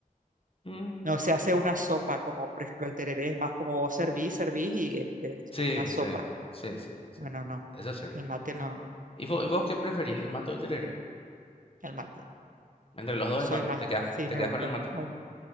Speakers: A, on the left; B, on the right.
A: Mm,
B: No se
A: ujú.
B: hace una sopa, como por ejemplo el tereré, es más como vos servís, servís y es, es
A: Sí,
B: como más
A: sí,
B: sopa.
A: sí, sí, sí.
B: Bueno, no,
A: Eso es cierto.
B: el mate no,
A: ¿Y vos, y vos qué preferís, el mate o el tereré?
B: el mate.
A: Entre los dos
B: Soy
A: el mate,
B: más,
A: te quedas,
B: sí,
A: te
B: me
A: quedas
B: gusta,
A: con el mate.
B: me gusta,